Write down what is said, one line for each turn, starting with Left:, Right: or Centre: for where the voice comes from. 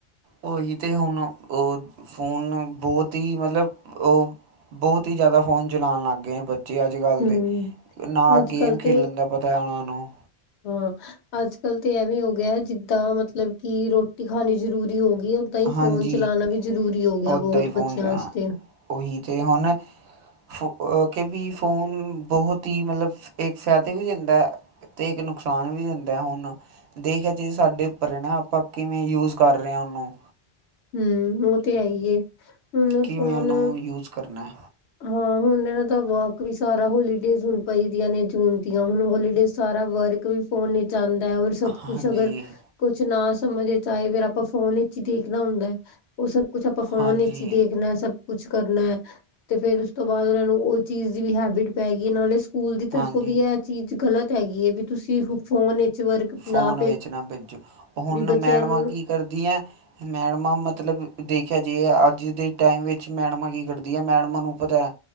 Right: ਉਹੀ ਤੇ ਹੁਣ, ਉਹ, ਅ ਫੋਨ ਅ ਬਹੁਤ ਹੀ ਮਤਲਬ ਉਹ ਬਹੁਤ ਹੀ ਜ਼ਿਆਦਾ ਫ਼ੋਨ ਚਲਾਉਣ ਲੱਗ ਗਏ ਨੇ ਬ ਚੇ ਅੱਜ-ਕੱਲ੍ਹ
Left: ਹਮ
Right: ਦੇ। ਨਾ
Left: ਅੱਜ
Right: ਗੇਮ
Left: ਕੱਲ
Right: ਖੇਲਣ
Left: ਤੇ
Right: ਦਾ ਪਤਾ ਹੈ ਉਹਨੂੰ
Left: ਹਾਂ, ਅੱਜ-ਕੱਲ੍ਹ ਤਾਂ ਐਵੇਂ ਹੋ ਗਿਆ ਜਿੱਦਾਂ ਮਤਲਬ ਕਿ ਰੋਟੀ ਖਾਣੀ ਜ਼ਰੂਰੀ ਹੋ ਗਈ, ਐ। ਤਾਂ ਹੀ
Right: ਹਾਂਜੀ
Left: ਫੋਨ ਚਲਾਉਣਾ ਵੀ ਜ਼ਰੂਰੀ ਹੋ ਗਿਆ
Right: ਉੱਦਾਂ
Left: ਬਹੁਤ
Right: ਹੀ ਫੋਨ
Left: ਬੱਚਿਆਂ
Right: ਚਲਾਉਣਾ
Left: ਵਾਸਤੇ।
Right: ਉਹੀ ਤੇ ਹੁਣ। ਫ ਅਹ ਕਿ ਵੀ ਫੋਨ ਬਹੁਤ ਹੀ ਮਤਲਬ ਇੱਕ ਫਾਇਦੇ ਵੀ ਦਿੰਦਾ। ਤੇ ਇੱਕ ਨੁਕਸਾਨ ਵੀ ਦਿੰਦਾ ਹੁਣ। ਦੇਖ ਜੇ ਸਾਡੇ ਉੱਪਰ ਨਾ ਆਪਾਂ ਕਿਵੇਂ ਯੂਜ ਕਰ ਰਹੇ ਆ ਉਹਨੂੰ।
Left: ਹਮ ਉਹ ਤੇ ਐ ਏ। ਹੁਣ
Right: ਕਿਵੇਂ
Left: ਫੋਨ
Right: ਉਹਨੂੰ ਯੂਜ਼ ਕਰਨਾ।
Left: ਹਾਂ, ਹੁਣ ਇਹਨਾਂ ਦਾ ਵਰਕ ਵੀ ਸਾਰਾ ਹੋਲੀਡੇਜ਼ ਹੁਣ ਪਈਦੀਆਂ ਨੇ ਜੂਨ ਦੀਆਂ ਹੁਣ ਹੋਲੀਡੇਜ਼ ਸਾਰਾ ਵਰਕ ਵੀ ਫੋਨ ਨੀ ਆਦਾ, ਔਰ ਸਭ
Right: ਹਾਂਜੀ
Left: ਕੁਛ ਅਗਰ ਕੁਛ ਨਾ ਸਮਝਦੇ ਫੇਰ ਆਪਾਂ ਫੋਨ ਵਿੱਚ ਹੀ ਦੇਖਣਾ ਹੁੰਦਾ। ਉਹ ਸਭ ਕੁਛ ਫੋਨ
Right: ਹਾਂਜੀ
Left: ਅਚ ਦੇਖਣਾ। ਸਭ ਕੁਛ ਕਰਨਾ। ਫਿਰ ਉਸ ਤੋਂ ਬਾਅਦ ਉਹਨਾਂ ਨੂੰ ਉਹ ਚੀਜ਼ ਦੀ ਵੀ ਹੈਬਿਟ ਪੈ ਗਈ ਇਹ ਨਾਲੇ ਸਕੂਲ ਦੀ ਤਰਫੋਂ
Right: ਹਾਂਜੀ
Left: ਵੀ ਐ। ਚੀਜ਼ ਗ਼ਲਤ ਹੈਗੀ ਵੀ ਤੁਸੀਂ ਫੋਨ। ਵਰਕ
Right: ਫੋਨ
Left: ਨਾ
Right: ਵਿੱਚ ਨਾ ਭੇਜੋ। ਹੁਣ
Left: ਵੀ ਬੱਚਿਆਂ
Right: ਮੈਡਮਾਂ
Left: ਨੂੰ
Right: ਕੀ ਕਰਦੀਆਂ ਮੈਡਮਾ ਮਤਲਬ, ਦੇਖਿਆ ਜੇ ਅੱਜ ਦੇ ਵਿੱਚ ਮੈਡਮਾਂ ਕੀ ਕਰਦੀਆਂ। ਮੈਡਮਾਂ ਨੂੰ ਪਤਾ